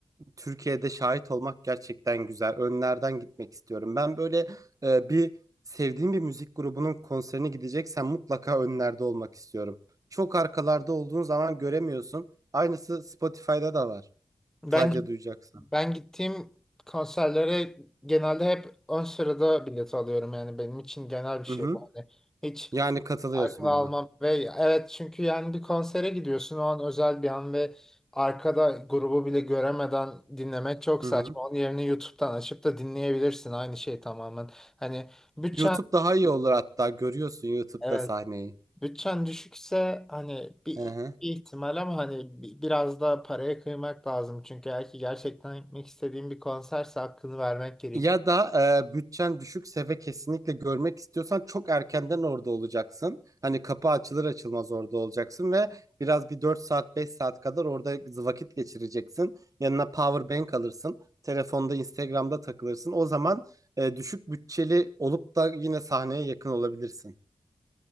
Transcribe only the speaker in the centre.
Ben
ben gittiğim konserlere genelde hep ön sırada bilet alıyorum yani benim için genel bir şey
bu. yani hiç
arkada almam
ve evet çünkü yani bir konsere gidiyorsun o an özel bir an ve arkada grubu bile göremeden dinlemek çok
saçma
onun yerine YouTube'dan açıp da dinleyebilirsin aynı şey tamamen hani bütçen
evet
Bütçen düşükse hani bir
bir ihtimal ama hani bi- biraz da paraya kıymak lazım. Çünkü eğer ki gerçekten gitmek istediğim bir konserse hakkını vermek gerek.